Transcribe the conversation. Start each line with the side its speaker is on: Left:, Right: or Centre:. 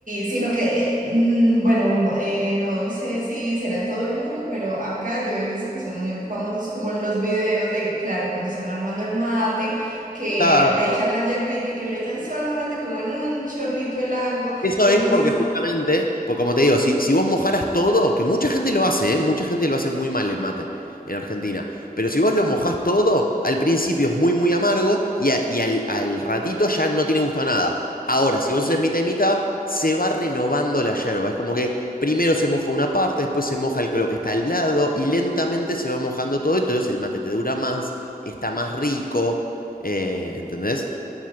Right: sino que, eh, mm, bueno, eh, no sé si será en todo el mundo, pero acá yo he visto que son muy famosos como los videos de, claro, cuando están armando el mate, que
Left: Claro,
Right: le echan la yerbita y que le echan solamente como en un chorrito el agua.
Left: Eso
Right: Y
Left: es
Right: entonces,
Left: porque justamente, pues como te digo, si, si vos mojaras todo, que mucha gente lo hace, ¿eh? Mucha gente lo hace muy mal el mate en Argentina, pero si vos lo mojás todo, al principio es muy, muy amargo y, a- y al, al ratito ya no tiene gusto a nada. Ahora, si vos haces mitad y mitad, se va renovando la yerba. Es como que primero se moja una parte, después se moja el- lo que está al lado y lentamente se va mojando todo, entonces el mate te dura más, está más rico, eh, ¿entendés?